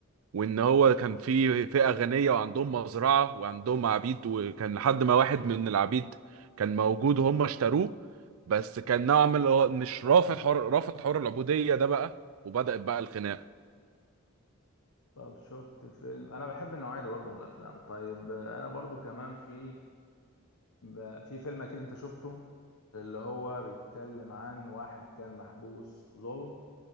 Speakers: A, on the right; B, on the left.
A: وان هو كان في فئه غنيه وعندهم مزرعه وعندهم عبيد وكان لحد ما واحد من العبيد كان موجود وهم اشتروه بس كان نوعا ما اللي هو مش رافض حر رافض حر العبوديه ده بقى وبدأت بقى الخناقه
B: طب شفت فيلم انا بحب النوعيه دي برضه من الافلام طيب آه، انا برضه كمان في ب- في فيلم اكيد انت شفته اللي هو بيتكلم عن واحد كان محبوس ظلم